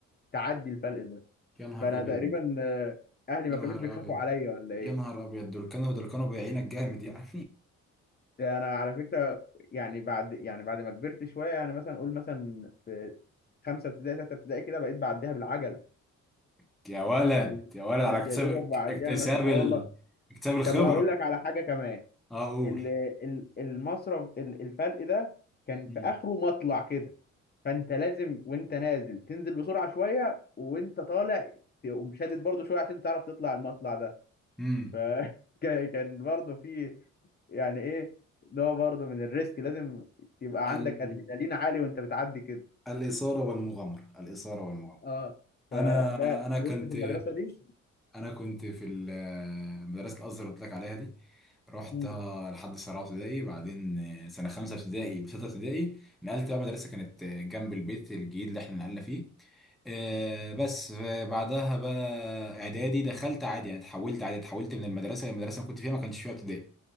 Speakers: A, on the left (about 35°); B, in the centre.
A: تعدي الفلق ده
B: يا نهار
A: فانا
B: ابيض
A: تقريبا آه، اهلي
B: يا
A: ما
B: نهار
A: كانوش بيخافوا
B: ابيض
A: عليا ولا ايه
B: يا نهار ابيض دول كانوا دول كانوا بيعينك جامد يعني
A: ده انا على فكرة يعني بعد يعني بعد ما كبرت شوية يعني مثلا اقول مثلا في خمسة ابتدائي ستة ابتدائي كده بقيت بعديها بالعجلة
B: <laughs> يا ولد
A: يعني
B: يا ولد
A: مش
B: على اكتساب
A: يا دوبك بعديها
B: اكتساب
A: ماشي اه والله
B: ال... اكتساب الخبره
A: طب وهقول لك على حاجه كمان
B: اقول
A: ال- ال- المصرف ال- الفرق ده كان
B: امم
A: في اخره مطلع كده فانت لازم وانت نازل تنزل بسرعه شويه وانت طالع تقوم شادد برضه شويه عشان تعرف تطلع المطلع ده
B: امم
A: فكان <laughs> برضه في يعني ايه نوع برضه من الريسك لازم يبقى
B: ال...
A: عندك ادرينالين عالي وانت بتعدي كده
B: الاثاره والمغامره الاثاره والمغامره
A: اه فده
B: انا انا كنت
A: فضلت في المدرسه دي
B: انا كنت في ال- مدرسه الازهر اللي قلت لك عليها دي رحت
A: مم.
B: لحد سنه رابعه ابتدائي بعدين سنه خمسه ابتدائي وسته ابتدائي نقلت بقى مدرسه كانت جنب البيت الجديد اللي احنا نقلنا فيه آه، بس بعدها بقى اعدادي دخلت عادي يعني اتحولت عادي اتحولت من المدرسه اللي المدرسه اللي كنت فيها ما كانش فيها ابتدائي